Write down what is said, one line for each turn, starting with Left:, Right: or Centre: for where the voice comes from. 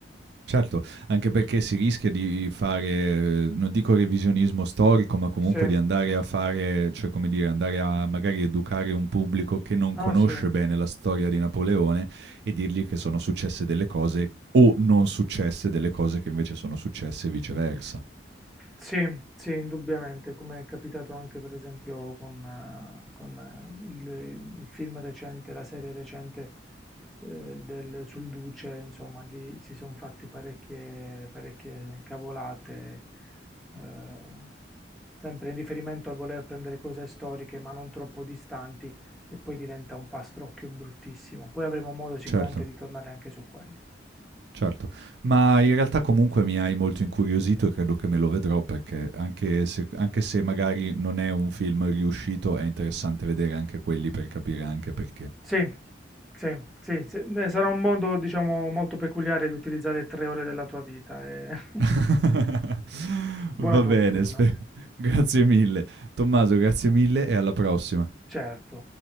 Right: Certo, anche perché si rischia di fare, ehm, non dico revisionismo storico, ma comunque
Centre: Sì,
Right: di andare a fare cioè come dire, andare a magari educare un pubblico che non
Centre: ah
Right: conosce
Centre: sì.
Right: bene la storia di Napoleone e dirgli che sono successe delle cose o non successe delle cose che invece sono successe e viceversa.
Centre: Sì, sì, indubbiamente, come è capitato anche per esempio con, eh, con, eh, il, il film recente, la serie recente eh, del, sul Duce, insomma, lì si sono fatti parecchie, parecchie cavolate, eh, sempre in riferimento al voler prendere cose storiche ma non troppo distanti e poi diventa un pastrocchio bruttissimo. Poi avremo modo sicuramente
Right: Certo.
Centre: di tornare anche su quello.
Right: Certo, ma in realtà comunque mi hai molto incuriosito e credo che me lo vedrò perché anche se, anche se magari non è un film riuscito, è interessante vedere anche quelli per capire anche perché.
Centre: Sì, sì, sì, sì. Eh, sarà un modo, diciamo, molto peculiare di utilizzare tre ore della tua vita e <laughs>
Right: <laughs>
Centre: buona
Right: Va
Centre: fortuna,
Right: bene, spe- <laughs> grazie mille. Tommaso, grazie mille e alla prossima.
Centre: certo.